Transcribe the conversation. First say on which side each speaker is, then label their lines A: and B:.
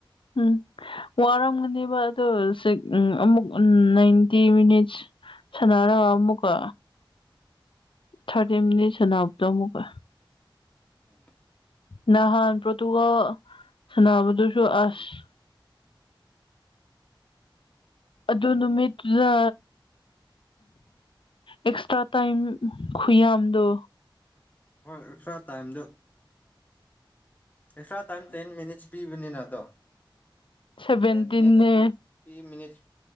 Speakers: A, on the left (about 75°); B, on the left (about 20°).
A: ꯎꯝ ꯋꯥꯔꯝꯒꯅꯦꯕ ꯑꯗꯨꯣ ꯎ ꯑꯃꯨꯛ ꯎ ꯅꯥꯏꯟꯇꯤ ꯃꯤꯅꯤꯠꯁ ꯁꯅꯥꯔ ꯋꯥꯃꯨꯀ ꯊꯥꯔꯇꯤ ꯃꯤꯅꯤꯠꯁꯅꯎꯗ ꯑꯃꯨꯀ
B: ꯎꯝ
A: ꯅꯍꯥꯟ ꯄ꯭ꯔꯣꯗꯨꯒ ꯁꯅꯥꯕꯗꯨꯁꯨ ꯑꯁ ꯑꯗꯨ ꯅꯨꯃꯤꯠꯇꯨꯗ ꯑꯦꯛꯁꯇ꯭ꯔꯥ ꯇꯥꯏ ꯈꯨꯨ ꯑꯗ
B: ꯍꯣꯏ ꯑꯦꯛꯁꯇ꯭ꯔꯥ ꯇꯥꯏꯝꯗ ꯄꯩꯁꯥ ꯇꯥꯏꯝ ꯇꯦꯟ ꯃꯤꯅꯤꯠꯁ ꯄꯤꯕꯅꯤꯅꯗꯣ
A: ꯁꯚꯦꯟꯇꯤꯟꯅꯦ
B: ꯇ ꯃꯤꯅꯤꯁ ꯐ ꯃꯤꯅꯤꯁ